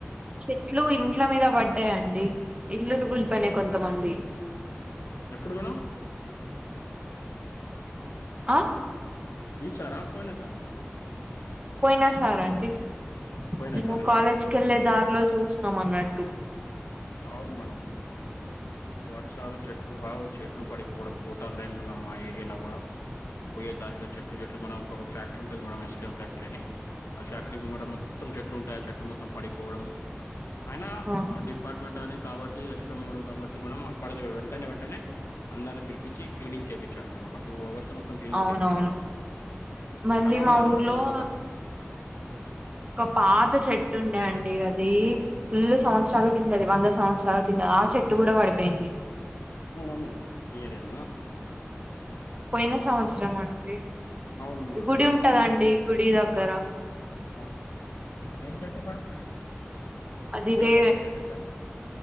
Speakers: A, on the right (about 25°); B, on the left (about 80°).
A: చెట్లు ఇ ట్ల మీద పడ్డాయండి ఇల్లులు కూలిపోయినాయి కొంతమందియి
B: ఎప్పుడు మేడం
A: ఆ
B: ఈ సర పోయినా సార మేడం
A: పోయినా సారి అండి
B: పోయినా
A: మేము
B: సారా
A: కాలేజ్కి
B: మేడం
A: వెళ్ళే దారిలో చూసిన్నాం అన్నట్టు
B: అవును మేడం వర్షాలు చెట్లు పావు చెట్లు పడిపోవడం కోటార్ లైన్లల్ల మా ఏరియాల కూడా పోయే దారిలో చెట్లు చెట్లు మనం ఒక ఫ్యాక్టరీ ఉంటది మేడం ఎస్ం ఫ్యాక్టరీ అని ఆ ఫ్యాక్టరీ మూగట మొత్తం చెట్లు ఉంటాయి చెట్లు మొత్తం పడిపోవడం అయినా
A: ఆ
B: అ డిప్ ని కాబట్టి ఎస్ో మూడు కాబట్టి మేడం అప్పడిది వెంటనే వెంటనే అందరిని పిలిించి క్లీనింగ్ చేపించాడు మేడం ఒక టూ అవర్స్ లనే మొత్తం క్లీనింగ్
A: అవునవును
B: చేపించడు
A: మళ్ళీ
B: అలా ఉండాలి
A: మా ఊర్లో
B: మేడం ఏదైనా వర్క్ మ్
A: ఒక పాత చెట్టు ఉండే అండి అది ఫుల్ సంవత్సరాల కిందది వంద సంవత్సరాల కింద ఆ చెట్టు కూడా పడిపోయింది
B: అవునా మేడం మీ ఏరియాలన
A: పోయిన సంవత్సరం అండి
B: అవును మేడం
A: గుడి
B: ఆహా
A: ఉంటదండి
B: మేడం
A: గుడి దగ్గర
B: ఆహా అదేం చెట్టు మేడం
A: అది
B: పేరు
A: వే
B: ఉందా చెట్టుకి